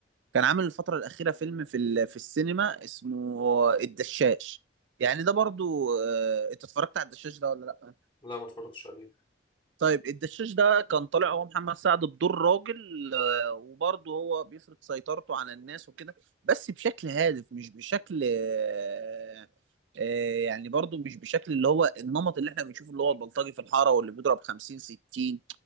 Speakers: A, on the right; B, on the left.
A: كان عامل الفترة الأخيرة فيلم في ال- في السينما اسمه الدشاش يعني ده برضو آه، انت اتفرجت على الدشاش ده ولا لأ؟
B: لا ما اتفرجتش عليه
A: طيب الدشاش ده كان طالع هو محمد سعد بدور راجل آه، وبرضه هو بيفرض سيطرته على الناس وكده بس بشكل هادف مش بشكل آه، آه، يعني برضه مش بشكل اللي هو النمط اللي احنا بنشوفه اللي هو البلطجي في الحارة واللي بيضرب 50 60